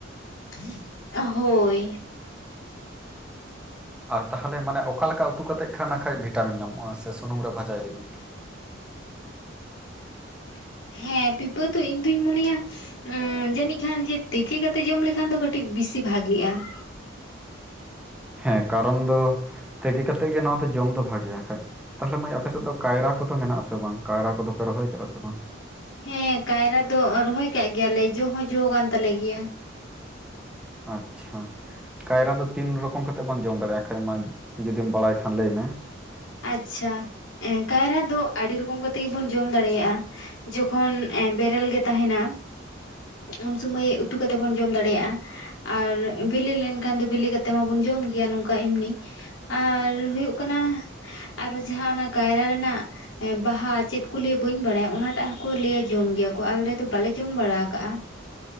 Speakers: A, on the left; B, in the centre.
A: <unintelligible> ᱦᱳᱭ
B: ᱟᱨ ᱛᱟᱦᱚᱞᱮ ᱢᱟᱱᱮ ᱚᱠᱟ ᱞᱮᱠᱟ ᱩᱛᱩ ᱠᱟᱛᱮ ᱮᱫ ᱠᱷᱟᱱ ᱚᱱᱟ ᱦᱟᱸᱠᱷᱟᱡ ᱵᱷᱤᱴᱟᱢᱤᱱ ᱧᱟᱢᱚᱜᱼᱟ? ᱥᱮ ᱥᱩᱱᱩᱢ ᱵᱷᱟᱡᱟᱭ ᱦᱩᱭᱩᱜᱼᱟ ᱾
A: <unintelligible> ᱦᱮᱸ ᱯᱤᱯᱟᱹ ᱫᱚ ᱤᱧ ᱫᱩᱧ ᱢᱚᱱᱮᱭᱟ ᱡᱟᱹᱱᱤᱡ ᱠᱷᱟᱱ ᱡᱮ ᱛᱤᱠᱤ ᱠᱟᱛᱮᱜ ᱡᱚᱢ ᱞᱮᱠᱷᱟᱱ ᱫᱚ ᱠᱟᱹᱴᱤᱡ ᱵᱤᱥᱤ ᱵᱷᱟᱜᱤᱜᱼᱟ ᱾
B: ᱦᱮᱸ ᱠᱟᱨᱚᱱ ᱫᱚ ᱛᱤᱠᱤ ᱠᱟᱛᱮᱫ ᱜᱮ ᱱᱚᱣᱟ ᱫᱚ ᱡᱚᱢ ᱫᱚ ᱵᱷᱟᱜᱮᱭᱟ ᱦᱟᱸᱠᱷᱟᱡ ᱾ ᱛᱟᱦᱚᱞᱮ ᱢᱟᱹᱭ ᱟᱯᱮ ᱥᱮᱫ ᱫᱚ ᱠᱟᱭᱨᱟ ᱠᱚᱫᱚ ᱢᱮᱱᱟᱜ ᱟᱥ ᱵᱟᱝ? ᱠᱟᱭᱨᱟ ᱠᱚᱫᱚ ᱯᱮ ᱨᱚᱦᱚᱭ ᱠᱟᱜᱼᱟ ᱥᱮ ᱵᱟᱝ?
A: ᱦᱮᱸ ᱠᱟᱭᱨᱟ ᱫᱚ ᱨᱚᱦᱚᱭ ᱠᱟᱜ ᱜᱮᱭᱟᱞᱮ ᱡᱚ ᱦᱚᱸ ᱡᱚ ᱠᱟᱱ ᱛᱟᱞᱮ ᱜᱮᱭᱟ ᱾
B: ᱟᱪᱪᱷᱟ <unintelligible> ᱠᱟᱭᱨᱟ ᱫᱚ ᱛᱤᱱ ᱨᱚᱠᱚᱢ ᱠᱟ ᱠᱟᱛᱮᱫ ᱵᱚᱱ ᱡᱚᱢ ᱫᱟᱲᱮᱭᱟᱜᱼᱟ? ᱮᱱᱠᱷᱟᱡ ᱢᱟ ᱡᱩᱫᱤᱢ ᱵᱟᱲᱟᱭ ᱠᱷᱟᱱ ᱞᱟᱹᱭ ᱢᱮ ᱾
A: ᱟᱪᱪᱷᱟ, ᱠᱟᱭᱨᱟ ᱫᱚ ᱟᱹᱰᱤ ᱨᱚᱠᱚᱢ ᱠᱟᱛᱮ ᱜᱮᱵᱚᱱ ᱡᱚᱢ ᱫᱟᱲᱮᱭᱟᱜᱼᱟ ᱾ ᱡᱚᱠᱷᱚᱱ ᱮ ᱵᱮᱨᱮᱞ ᱜᱮ ᱛᱟᱦᱮᱱᱟ ᱩᱱ ᱥᱩᱢᱟᱹᱭ ᱩᱛᱩ ᱠᱟᱛᱮᱫ ᱵᱚᱱ ᱡᱚᱢ ᱫᱟᱲᱮᱭᱟᱜᱼᱟ ᱾ ᱟᱨ ᱵᱤᱞᱤ ᱞᱮᱱᱠᱷᱟᱱ ᱫᱚ ᱵᱤᱞᱤ ᱠᱟᱛᱮᱜ ᱢᱟᱵᱚᱱ ᱡᱚᱢ ᱜᱮᱭᱟ ᱱᱚᱝᱠᱟ ᱮᱢᱱᱤ ᱾ ᱟᱨ ᱦᱩᱭᱩᱜ ᱠᱟᱱᱟ ᱟᱨ ᱡᱟᱦᱟᱸ ᱚᱱᱟ ᱠᱟᱭᱨᱟ ᱨᱮᱱᱟᱜ ᱵᱟᱦᱟ ᱪᱮᱫ ᱠᱚ ᱞᱟᱹᱭᱼᱟ ᱵᱟᱹᱧ ᱵᱟᱲᱟᱭᱟ, ᱚᱱᱟᱴᱟᱜ ᱦᱚᱸᱠᱚ ᱞᱟᱹᱭᱟᱠᱚ ᱡᱚᱢ ᱜᱮᱭᱟ ᱠᱚ ᱟᱞᱮ ᱫᱚ ᱵᱟᱞᱮ ᱡᱚᱢ ᱵᱟᱲᱟ ᱠᱟᱜᱼᱟ ᱾